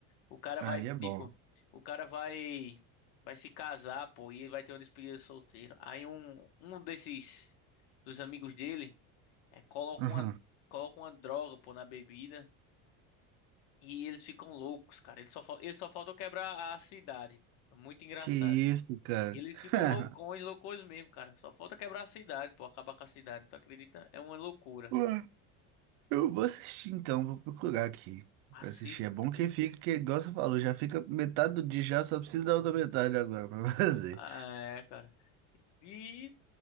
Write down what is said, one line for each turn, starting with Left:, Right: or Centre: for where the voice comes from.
Left: O cara
Right: Aí
Left: vai,
Right: é bom.
Left: tipo, o cara vai vai se casar, pô, e ele vai ter uma despedida solteiro. Aí um um desses dos amigos dele é, coloca
Right: Aham.
Left: uma coloca uma droga, pô, na bebida e eles ficam loucos, cara. Ele só fal- ele só falta quebrar a cidade. É muito engraçado.
Right: Que isso, cara.
Left: E eles
Right: <laughs>
Left: ficam loucões, loucões mesmo, cara. Só falta quebrar a cidade, pô, acabar com a cidade. Tu acredita? É uma loucura.
Right: Ué, Eu vou assistir então, vou procurar aqui
Left: Assiste,
Right: pra assistir. É bom
Left: assiste.
Right: que fica, que igual você falou, já fica metade do dia já, só precisa da outra metade agora pra <laughs> fazer.
Left: Ah, é, cara. E